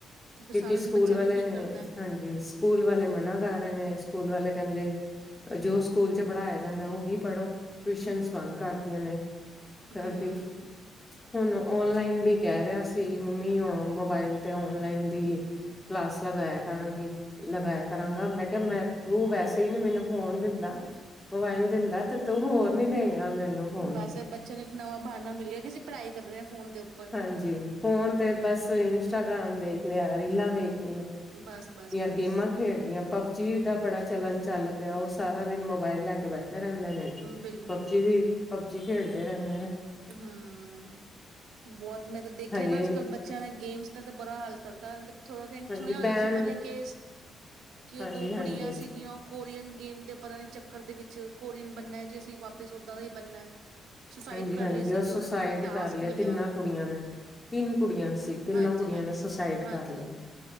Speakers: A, on the right; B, on the left.
A: ਤਾਂ ਫਿਰ ਸਾਰਾ
B: ਕਿ ਸਕੂਲ
A: ਦਿਨ ਬੱਚਿਆਂ
B: ਵਾਲਿਆਂ
A: ਕੀ
B: ਨੇ
A: ਕਰਨਾ ਹੈ
B: ਹਾਂਜੀ ਸਕੂਲ ਵਾਲੇ ਮਨਾ ਕਰ ਰਹੇ ਨੇ ਸਕੂਲ ਵਾਲੇ ਕਹਿੰਦੇ ਜੋ ਸਕੂਲ ਚ ਪੜ੍ਹਾਇਆ। ਜਾਂਦਾ ਉਹੀ ਪੜ੍ਹੋ। ਟਿਊਸ਼ਨ
A: ਹਮ
B: ਬੰਦ ਕਰਤੀਆਂ ਨੇ ਸਰ
A: ਹਮ
B: ਦੀ, ਹੁਣ ਓਨਲਾਈਨ ਦੀ ਕਹਿ ਰਿਹਾ ਸੀ, ਮੰਮੀ ਮੋਬਾਇਲ ਤੇ ਆਨਲਾਈਨ ਦੀ ਕਲਾਸ ਲਗਾਇਆ ਕਰਾਂਗੀ, ਲਗਾਇਆ ਕਰਾਂਗਾ। ਮੈਂ ਕਿਹਾ ਮੈਂ ਤੂੰ ਵੈਸੇ ਹੀ ਨੀ ਮੈਨੂੰ ਹੋਣ ਦਿੰਦਾ। ਮੋਬਾਇਲ ਦਿੰਦਾ ਤੇ ਤੂੰ ਹੋਰ ਨੀ ਦੇਗਾ। ਮੈਨੂੰ ਫੋਨ
A: ਬਸ ਬੱਚਿਆਂ ਨੂੰ ਇੱਕ ਨਵਾਂ ਬਹਾਨਾ ਮਿਲ ਗਿਆ ਕਿ ਅਸੀਂ ਪੜ੍ਹਾਈ ਕਰ ਰਹੇ ਹਾਂ ਫੋਨ ਦੇ ਉੱਪਰ
B: ਹਾਂਜੀ ਫੋਨ ਤੇ ਬਸ ਏ ਇਨਸਟਾਗਰਾਮ ਦੇਖ ਲਿਆ ਰੀਲਾ ਵੇਖ
A: ਬਸ ਬਸ
B: ਜਾਂ
A: ਬਸ
B: ਗੇਮਾਂ ਖੇਡਦੀਆਂ ਪਬਜੀ ਦਾ ਬੜਾ ਚਲਣ ਚੱਲ ਪਿਆ ਉਹ ਸਾਰਾ ਸਾਰਾ ਦਿਨ ਮੋਬਾਈਲ ਲੈ ਕੇੈ ਬੈਠ ਰਹਿੰਦੇ ਨੇ
A: ਬਿਲਕੁਲ
B: ਪਬਜੀ ਵੀ ਪਬਜੀ ਖੇਡਦੇ ਰਹਿੰਦੇ ਨੇ।
A: ਹੂੰ ਬਹੁਤ ਮੈਂ ਤਾਂ ਦੇਖਿਆ
B: ਹਜੇ
A: ਨਾ ਅੱਜ ਕੱਲ੍ਹ ਬੱਚਿਆਂ ਨੇ ਗੇਮਸ ਉਹਦਾ ਬੁਰਾ ਹਾਲ ਕਰਤਾ ਨਾ। ਥੋੜੇ ਦਿਨ
B: ਹਾਂਜੀ
A: ਸੁਣਿਆ ਹੋਏਗਾ,
B: ਬੈਨ
A: ਤੁਸੀਂ ਪਹਿਲੇ ਕੇਸ ਕਿ ਉਹ
B: ਹਾਂਜੀ
A: ਦੋ
B: ਹਾਂਜੀ
A: ਕੁੜੀਆਂ ਸੀਗੀਆਂ ਉਹ ਕੋਰੀਅਨ ਗੇਮ ਦੇ ਪਤਾ ਨੀ ਚੱਕਰ ਦੇ ਵਿੱਚ ਕੋਰੀਅਨ ਬਣਨਾ ਹੈ, ਜੇ ਅਸੀਂ ਵਾਪਿਸ ਓਦਾਂ ਦਾ ਹੀ ਬਣਨਾ ਹੈ। ਸੁਸਾਈਡ
B: ਹਾਂਜੀ
A: ਕਰ ਲਈ ਸੀਗੀ
B: ਉਹ ਸੁਸਾਇਡ
A: ਉਹਨਾਂ ਨੇ ਕੋਈ ਟਾਸਕ
B: ਕਰ ਲਿਆ,
A: ਮਿਲਿਆ
B: ਤਿੰਨਾਂ
A: ਉਹਨਾਂ
B: ਕੁੜੀਆਂ
A: ਨੂੰ
B: ਨੇ ਤਿੰਨ ਕੁੜੀਆਂ ਸੀ। ਤਿੰਨਾਂ
A: ਹਾਂਜੀ
B: ਕੁੜੀਆਂ
A: ਹਾਂਜੀ
B: ਨੇ ਸੁਸਾਇਡ
A: ਹਾਂਜੀ
B: ਕਰ ਲਿਆ